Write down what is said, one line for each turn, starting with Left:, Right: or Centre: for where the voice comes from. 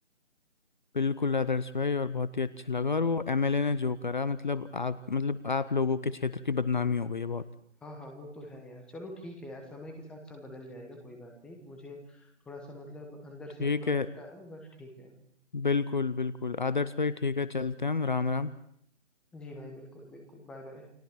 Left: बिल्कुल आदर्श भाई और बहुत ही अच्छा लगा और वो एमएलए ने जो करा मतलब आप मतलब आप लोगों के क्षेत्र की बदनामी हो गई है बहुत
Centre: हाँ हाँ वो तो है यार चलो ठीक है यार समय के साथ सब बदल जाएगा कोई बात नहीं मुझे थोड़ा सा मतलब अंदर
Left: ठीक
Centre: से बुरा
Left: है
Centre: लगता है बस ठीक है
Left: बिल्कुल बिल्कुल आदर्श भाई ठीक है चलते हैं हम राम राम
Centre: जी भाई बिल्कुल बिल्कुल बाय बाय